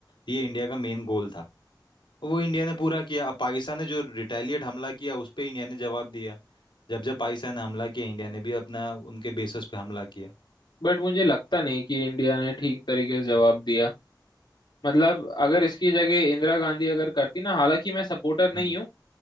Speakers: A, on the left; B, on the left.
A: ये इंडिया का मेन गोल था और वो इंडिया ने पूरा किया अब पाकिस्तान ने जो रिटेलिएट हमला किया उस पर इंडिया ने जवाब दिया जब जब पाकिस्तान ने हमला किया इंडिया ने भी अपना उनके बेसिस पे हमला किया
B: बट मुझे लगता नहीं कि इंडिया ने ठीक तरीके से जवाब दिया मतलब अगर इसकी जगह इंदिरा गांधी अगर करती ना हालांकि मैं सपोर्टर नहीं
A: हम्म
B: हूँ